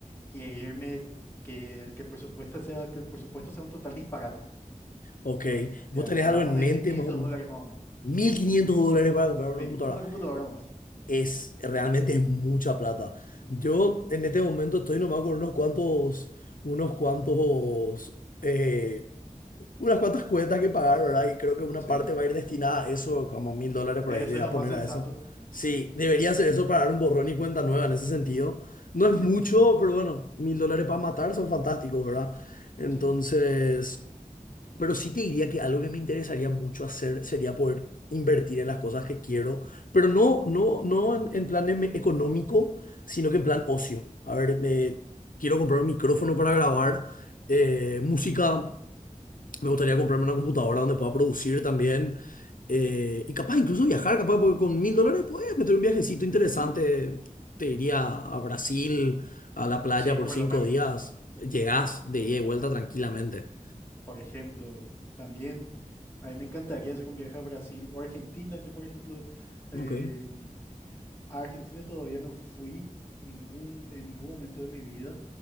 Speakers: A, on the left; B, on the left.
A: y irme que, el- que el presupuesto sea, que el presupuesto sea un total disparate.
B: Ok.
A: De,
B: ¿Vos
A: a-
B: tenés
A: hablamos
B: algo en
A: de
B: mente
A: mil quinientos
B: más o menos?
A: dólares más o menos.
B: 1.500 dólares para comprar una
A: Sí,
B: computadora.
A: una computadora más.
B: Es, realmente es mucha plata. Yo en este momento estoy nomás con unos cuantos, unos cuantos eh, unas cuantas cuentas que pagar, ¿verdad? Y creo que una
A: Sí,
B: parte va a ir destinada a eso, como mil dólares por
A: eso
B: ahí le voy
A: es lo
B: a
A: más
B: poner
A: sensato.
B: a eso. Sí, debería ser eso para dar un borrón y cuenta nueva en ese sentido. No
A: Sí.
B: es mucho, pero bueno, mil dólares para matar son fantásticos, ¿verdad? Entonces,
A: Sí,
B: pero sí te diría que algo que me interesaría mucho hacer sería poder invertir en las cosas que quiero, pero no, no, no en, en plan em- económico, sino que en plan ocio. A ver, me, quiero comprar un micrófono para grabar eh, música. Me gustaría comprarme una computadora donde pueda producir también. eh, y capaz incluso viajar, capaz, porque con mil dólares puedes meter un viajecito interesante.
A: sí,
B: Te iría a Brasil, a la playa
A: sí,
B: por
A: por
B: cinco
A: lo menos.
B: días.
A: Sí.
B: Llegás de ida y vuelta tranquilamente.
A: Por ejemplo, también a mí me encantaría hacer un viaje a Brasil o Argentina. Yo, por ejemplo, em,
B: Ok.
A: a Argentina todavía no fui ningún, en ningún momento de mi vida.